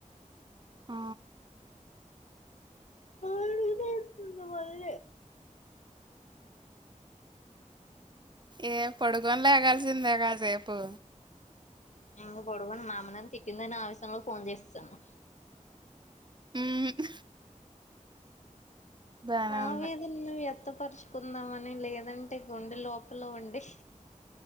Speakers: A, on the right; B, on the left.
A: ఆ
B: ఆడుతుంద మల్
A: ఏ పడుకోన లేగాల్సిందే కాసేపు
B: ఏం పడుకొని మా అమ్మ నన్ను తిట్టిదని ఆవేశయంలో ఫోన్ చేసేసాను.
A: ఉమ్ బానే
B: ఆవేదన్న
A: ఉంది
B: లే వాత పరుచుకుందామని లేదంటే గుండే లోపల ఉండే